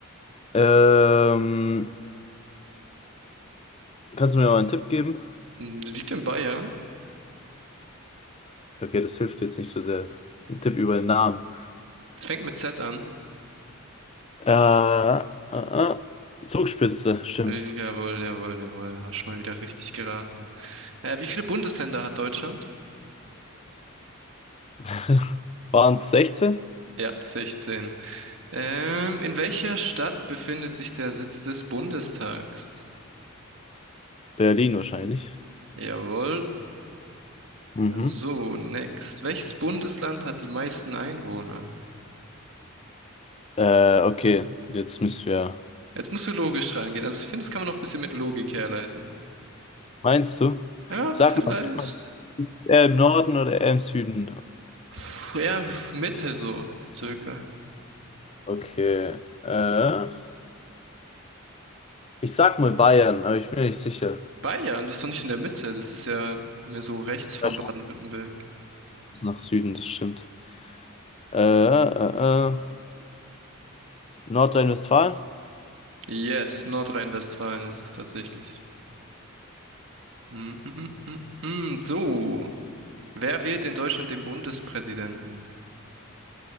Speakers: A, on the left (about 30°); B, on the right (about 65°).
A: Ähm, kannst du mir mal einen Tipp geben?
B: Hm, Die liegt in Bayern.
A: Okay, das hilft jetzt nicht so sehr. Ein Tipp über den Namen.
B: Es fängt mit Z an.
A: Äh, äh, äh, Zugspitze, stimmt.
B: Ja, wie- Jawohl, jawohl, jawohl. Hast schon mal wieder richtig geraten. Äh, wie viele Bundesländer hat Deutschland?
A: <laughs> Waren es 16?
B: Ja, 16. Ähm, in welcher Stadt befindet sich der Sitz des Bundestags?
A: Berlin wahrscheinlich.
B: Jawohl.
A: Mhm.
B: So, next. Welches Bundesland hat die meisten Einwohner?
A: Äh, okay, jetzt müssen wir.
B: Jetzt musst du logisch rangehen. Also ich finde, das kann man noch ein bisschen mit Logik herleiten.
A: Meinst du?
B: Ja,
A: Sag
B: vielleicht.
A: mal, ist er im Norden oder eher im Süden?
B: Puh, Ja, Mitte so, circa.
A: Okay. Äh, ich sag mal Bayern, aber ich bin nicht sicher.
B: Bayern, das ist doch nicht in der Mitte, das ist ja mehr so rechts von
A: Ja,
B: Baden-Württemberg.
A: Ist nach Süden, das stimmt. Äh, äh, äh, Nordrhein-Westfalen?
B: Yes, Nordrhein-Westfalen ist es tatsächlich. Mm, mm, mm, mm, mm. So, wer wählt in Deutschland den Bundespräsidenten?